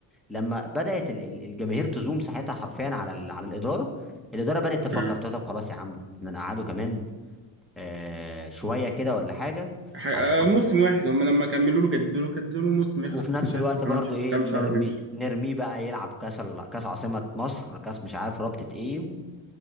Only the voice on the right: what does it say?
امم
ح- آه،
موسم واحد هم لما كملوا له جددوا له جددوا له موسم يخلص
مش عارف
كمان
ش-
كام
شهر ويمشي